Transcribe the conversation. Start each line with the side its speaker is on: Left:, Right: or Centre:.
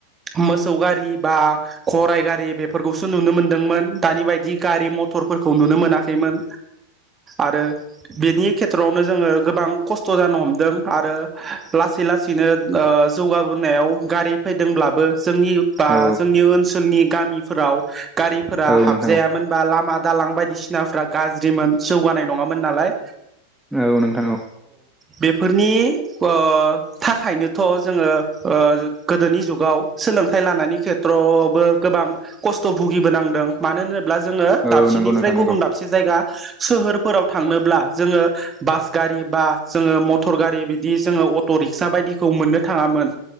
Right: मोसौ गारि बा गराइ गारि बेफोरखौसो नुनो मोनदोंमोन। दानि बायदि गारि म टरफोरखौ नुनो मोनाखैमोन आरो बेनि खेथ्रआवनो जोङो गोबां खस्थ' जानो हमदों आरो लासै लासैनो ओ ओ जौगाबोनायाव गारि फैदोंब्लाबो जोंनि बा
Centre: औ
Right: जोंनि ओनसोलनि गामिफोराव गारिफोरा
Centre: औ
Right: हाबजायामोन
Centre: नोंथां
Right: बा लामा दालां बायदिसिनाफ्रा गाज्रिमोन जौगानाय नङामोन नालाय
Centre: औ नोंथां औ।
Right: बेफोरनि ओ थाखायनोथ' जोङो ओ गोदोनि जुगाव सोलोंथाइ लानायनि खेथ्रआवबो गोबां खस्थ' भुगिबोनांदों मानो होनो ब्ला जोङो
Centre: औ
Right: दसेनिफ्राय
Centre: नंगौ नोंथां
Right: गुब
Centre: नंगौ
Right: दसे जाया सोहोराव थांनोब्ला जोङो बास गारि बा जोङो मटर गारि बिदि जोङो अट' रिक्सा बायदिखौ मोननो थाङामोन